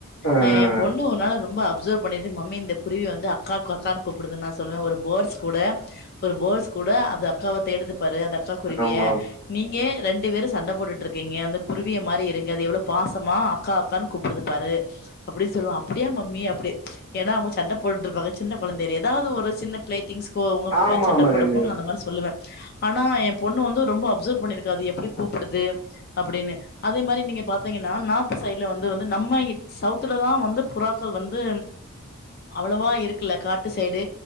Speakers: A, on the left; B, on the left.
A: ஆ
B: அஹ் என் பொண்ணு ஒருநாலு ரொம்ப அப் அப்சர்வ் பண்ணிட்டு மம்மி இந்த குருவி வந்து அக்கா கொக்கக்கானு கூப்படுதுன் நா சொல்லுவ ஒரு பேட்ர்ஸ் கூட ஒரு பேட்ஸ் கூட அது அக்காவ தேடுது பாரு அந்த அக்கா குருவிய
A: ஆமா ஆமா
B: நீங்க ரெண்டு வேரு சண்ட போட்டுட்ருக்கீங்க அந்த குருவிய மாரி இருங்க அது எவ்ளோ பாசமா அக்கா அக்கான் கூப்பிடுது பாரு அப்படின் சொல்லுவ அப்டியா மம்மி அப்டி ஏனா அவுங்க சண்ட போட்ருப்பாங்க சின்ன கொழந்தேல எதாது ஒரு சின்ன பிளே திங்ஸ்க்கோ அவங்க
A: ஆமா
B: அ சண்ட
A: ஆமா
B: போடறப்ப
A: கண்டிப்பா
B: அந்த மாரி சொல்லுவ ஆனா என் பொண்ணு வந்து ரொம்ப அப்சர்வ் பண்ணிருக்கு அது எப்டி கூப்புடுது அப்டின்னு அதே மாரி நீங்க பாத்தீங்கன்னா நார்த் சைடுல வந்து வந்து நம்ம சவுத்துலதா வந்து புறாக்கள் வந்து அவ்ளவா இருக்குல காட்டு சைடு